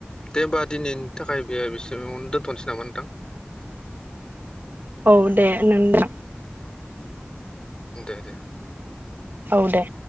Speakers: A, on the left; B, on the right.
A: दे होमबा दिनैनि थाखाय बे बेसेबाङावनो दोनथ'नोसै नामा नोंथां
B: औ दे नोंथां
A: दे दे
B: औ दे